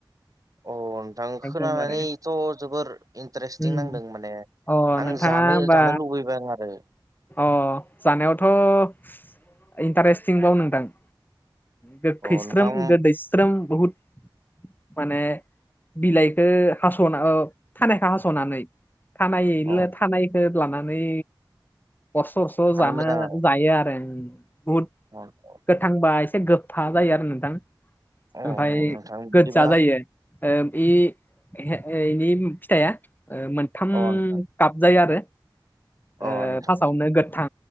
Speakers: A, on the right; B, on the left.
A: अ नोंथां खोनानानैथ'
B: एकदमबारे
A: जोबोर इन्टारेस्टिं
B: उम
A: नांदों माने
B: अ नोंथाङा
A: आं जानो
B: होमबा
A: जानो लुबैबाय आं आरो
B: अ जानायावथ' इन्टारेस्टिंबाव नोंदां गखस्रोम
A: अ नोंथां
B: गदस्रोम बहुद माने बिलाइखो हास'ना अ थानायखौ हास'नानै थानायलो
A: अ
B: थानायखो लानानै अर्स अर्स जानो
A: मोजां आरो
B: जायो आरो बुत
A: <inaudible>
B: गोथांबा एसे गोफा जायो आरो नोंथां
A: अ
B: ओमफाय
A: नोंथां
B: गोजा
A: बिदिबा
B: जायो। ओ इ हे इ फिथाइया ओ मोनथाम
A: अ नोंथां
B: गाब जाया आरो।
A: अ
B: ओ
A: नोंथां
B: फार्स्टआवनो गोदथां